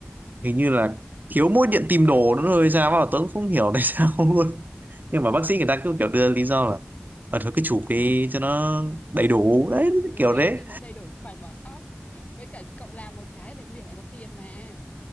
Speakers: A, on the right; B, on the left.
A: hình như là thiếu mỗi điện tìm đồ nữa rồi sao mà tớ cũng không hiểu tại <laughs> sao luôn nhưng mà bác sĩ người ta cứ kiểu đưa lý do là ờ thôi cứ chụp đi cho nó đầy đủ đấy
B: Ừ,
A: kiểu
B: đấy,
A: đấy
B: cho nó đầy đủ, khỏi bỏ sót. Với cả cậu làm một cái bệnh viện lại có tiền mà.